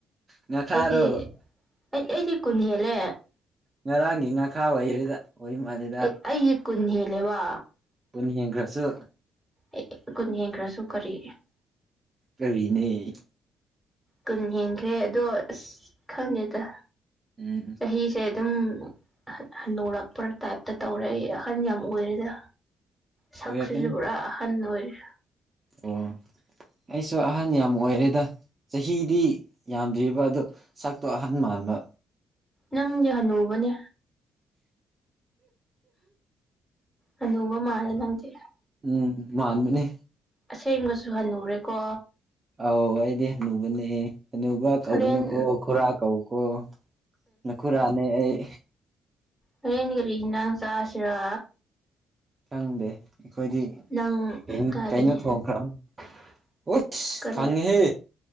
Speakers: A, on the right; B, in the centre.
A: ꯉꯥꯈꯥꯔꯣ
B: ꯑꯩꯗꯤ ꯑꯩ ꯑꯩꯗꯤ ꯀꯨꯟ ꯍꯦꯜꯂꯦ
A: ꯉꯔꯥꯡꯒꯤ ꯉꯥꯈꯥ ꯑꯣꯏꯔꯤꯗ ꯑꯣꯏꯕ ꯃꯥꯜꯂꯦ
B: ꯑꯩ ꯑꯩꯖꯦ ꯀꯨꯟ ꯍꯦꯜꯂꯦꯕ
A: ꯀꯨꯟ ꯍꯦꯟꯈ꯭ꯔꯁꯨ
B: ꯑꯦ ꯑꯦ ꯀꯨꯟ ꯍꯦꯟ ꯈ꯭ꯔꯁꯨ ꯀꯔꯤ
A: ꯀꯔꯤꯅꯦ
B: ꯀꯨꯟ ꯍꯦꯟꯈ꯭ꯔꯦ ꯑꯗꯣ ꯑꯁ ꯈꯪꯗꯦꯗ
A: ꯎꯝ ꯎꯝ
B: ꯆꯍꯤꯁꯦ ꯑꯗꯨꯝ ꯍꯟ ꯍꯟꯅꯨꯔꯛꯄ ꯇꯥꯞꯇ ꯇꯧꯔꯦ ꯑꯩ ꯑꯍꯟ ꯌꯥꯝ ꯑꯣꯏꯔꯦꯗ ꯁꯛꯁꯤꯖꯨ
A: ꯑꯣꯏꯔꯛꯀꯅꯤ
B: ꯄꯨꯔꯥ ꯑꯍꯟ ꯑꯣꯏꯔꯦ
A: ꯑꯣ ꯑꯩꯁꯨ ꯑꯍꯟ ꯌꯥꯝ ꯑꯣꯏꯔꯦꯗ ꯆꯍꯤꯗꯤ ꯌꯥꯝꯗ꯭ꯔꯤꯕ ꯑꯗꯣ ꯁꯛꯇꯣ ꯑꯍꯟ ꯃꯥꯟꯕ
B: ꯅꯪꯗꯤ ꯍꯅꯨꯕꯅꯦ ꯍꯅꯨꯕ ꯃꯥꯜꯂꯦ ꯅꯪꯗꯤ
A: ꯎꯝ ꯃꯥꯟꯕꯅꯦ
B: ꯑꯁꯦꯡꯕꯁꯨ ꯍꯅꯨꯔꯦꯀꯣ
A: ꯑꯧ ꯑꯩꯗꯤ ꯍꯅꯨꯕꯅꯦ ꯍꯅꯨꯕ ꯀꯧꯒꯅꯨꯀꯣ
B: ꯍꯣꯔꯦꯟ
A: ꯈꯨꯔꯥ ꯀꯧꯀꯣ ꯅꯈꯨꯔꯥꯅꯦ ꯑꯩ
B: ꯍꯔꯦꯟ ꯀꯔꯤ ꯍꯤꯟꯅꯥꯡ ꯆꯁꯤꯔꯥ
A: ꯈꯪꯗꯦ ꯑꯩꯈꯣꯏꯗꯤ
B: ꯅꯪ
A: ꯀꯩꯅꯣ
B: ꯍꯥꯏꯕꯅꯦ
A: ꯀꯩꯅꯣ ꯊꯣꯡꯈ꯭ꯔ <unintelligible>
B: ꯀꯔꯤ
A: ꯈꯪꯉꯤꯍꯦ